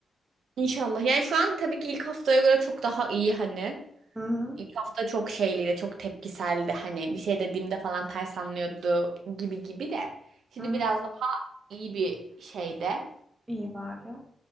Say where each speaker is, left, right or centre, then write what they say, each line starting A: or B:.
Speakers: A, on the right; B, on the right.
A: İnşallah. Yani şu an tabii ki ilk haftaya göre çok daha iyi hani.
B: Hı hı.
A: İlk hafta çok şeyliydi, çok tepkiseldi. Hani bir şey dediğimde falan ters anlıyordu gibi gibi de. Şimdi
B: Hı.
A: biraz daha iyi bir şeyde.
B: İyi bari.